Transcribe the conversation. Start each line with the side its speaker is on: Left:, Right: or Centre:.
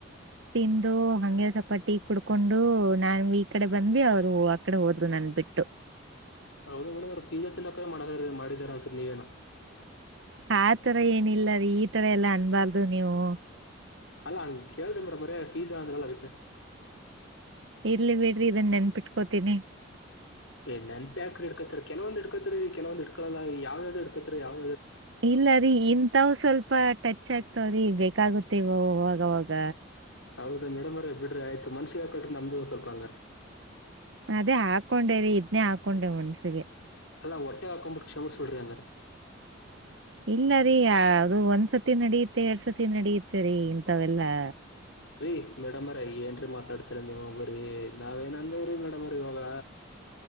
Right: ತಿಂದು ಹಂಗೆ ಸಪ ಟಿ ಕುಡ್ಕೊಂಡು ನಾ ಈ ಕಡೆ ಬಂದ್ವಿ ಅವ್ರು ಆ ಕಡೆ ಹೋದ್ರು ನನ್ ಬಿಟ್ಟು.
Left: ಹೌದು ಮೇಡಮ್ ಅವ್ರೆ ಪೀಜಾ ತಿನ್ನಕ್ರ ಮಾಡ ಮಾಡಿದಾರ ಅನ್ಸತ್ ನೀವೇನ.
Right: ಆ ತರ ಏನಿಲ್ಲ ರೀ ಈ ತರ ಎಲ್ಲಾ ಅನ್ಬಾರ್ದು ನೀವು
Left: ಅಲ್ಲ ಹಂಗ್ ಕೇಳ್ದಿದೆೆ ಮೇಡಮ್ ಅರೆ ಪೀಜಾ ಅಂದ್ರ ಅಲ ಅದಿಕ್ಕೆ
Right: ಇರ್ಲಿ ಬಿಡ್ರಿ ಇದನ್ನ ನೆನ್ಪಿಟ್ಕೋತೀನಿ
Left: ಏ ನೆನಪ ಯಾಕ್ರಿ ಇಟ್ಕೊತೀರಾ ಕೆಲವೊಂದ ಇಟ್ಕೋತೀರಿ ಕೆಲವಂದ ಎಟ್ಕಳಲ್ಲ ಯಾವ ಹಡ್ಕತ್ರಿ ಯಾವ
Right: ಇಲ್ಲ ರೀ ಇಂತವ ಸ್ವಲ್ಪ ಟಚ್ ಆಗ್ತವ್ರೀ ಬೇಕಾಗುತ್ತೆವವಾಗವಾಗ
Left: ಹೌದ ಮೇಡಮ್ ಅವ್ರೆ ಬಿಡ್ರಿ ಆಯ್ತು ಮನ್ಸಿಗ ಹಾಕೋಳ್ರಿ ನಮ್ದು ಸ್ವಲ್ಪ ಹಂಗರೇ
Right: ಅದೇ ಹಾಕೊಂಡೆ ರೀ ಇದ್ನೇ ಹಾಕೊಂಡೆ ಮನ್ಸಿಗೆ
Left: ಅಲ್ಲಾ ಹೊಟ್ಟೆ ಹಾಕ್ಂಬಿಟ್ಟ ಕ್ಷಮಸ ಬಿಡ್ರಿಂಗಾರ
Right: ಇಲ್ಲ ರೀ ಆ ಅದು ಒಂದ್ಸತಿ ನಡಿಯುತ್ತೆ ಎರಡ್ ಸತಿ ನಡಿಯತ್ತೆರಿ ಇಂತವೆೆಲ್ಲಾ
Left: ರಿ ಮೇಡಮರೇ ಏನ್ರೀ ಮಾತಾಡ್ತಿರ ನೀವು ಬರಿ ನಾವ್ಏನ್ ಅಂದವ್ರೀ ಮೇಡಮ್ರೀ ಇವಾಗ